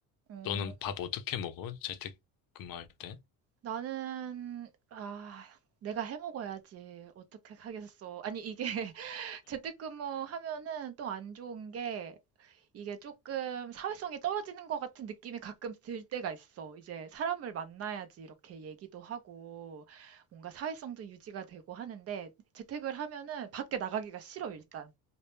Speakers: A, on the right; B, on the left.
A: 어,
B: 너는 밥 어떻게 먹어? 재택 근무할 때?
A: 나는, 아, 내가 해 먹어야지. 어떻게 하겠어. 아니, 이게 <laughs> 재택근무 하면은 또 안 좋은 게 이게 조금 사회성이 떨어지는 것 같은 느낌이 가끔 들 때가 있어. 이제 사람을 만나야지 이렇게 얘기도 하고 뭔가 사회성도 유지가 되고 하는데 재택을 하면은 밖에 나가기가 싫어, 일단.